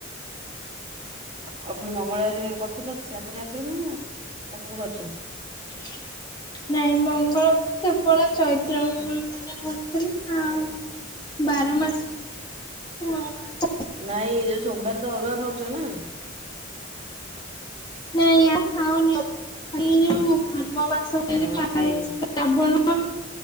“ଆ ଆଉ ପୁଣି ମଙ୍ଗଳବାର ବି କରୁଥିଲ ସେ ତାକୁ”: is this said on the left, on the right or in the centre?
Right